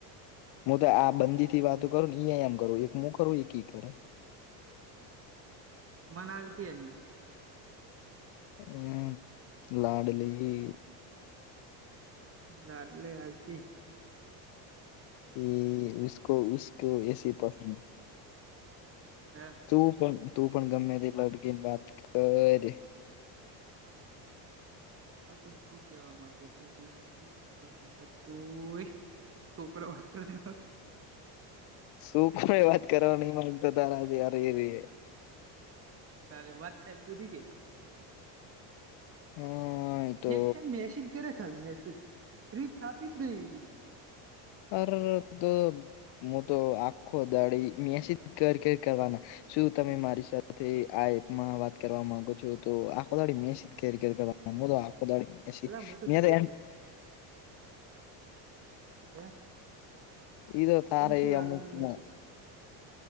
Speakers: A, on the left; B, on the right.
A: હું તો આ બંદી થી વાતો કરું ને ઈ એમ કરું એક હું કરું એક ઈ કરે.
B: મનાલકી એની.
A: હમ લાડલી.
B: લાદ લે હલકી.
A: એ ઉસકો ઉસકો એસી પસંદ.
B: હમ.
A: તું પણ તું પણ ગમેતેટલો અડકી ને વાત કરે.
B: હા તને શું કેવા માંગુ છું હું કાત કોઈ. છોકરો વાત કરે.
A: છોકરાવ એ વાત નહી કરવા માંગતા તારાથી અરેરે.
B: તારી વાત થઈ પુરી કે.
A: હા એ તો
B: એક છે મેસીજ કરે ખાલી મેસીજ. ફ્રી થાતી જ નઈ એ રી.
A: અરર તો હું તો આખો દાડી મેસીજ કર કર કરવાના. શું તમે મારી સાથે આ એપમાં વાત કરવા માંગો છો તો આખોદાડી મેસે. કેર કેર કરવા હુ તો આખો દાડો મેસેજ
B: અલા હું
A: મેં
B: જે
A: તો.
B: <unintelligible>
A: ઇતો તારે
B: તન શું
A: એ
B: લાગે
A: અમુકમાં.
B: હું મેસેજ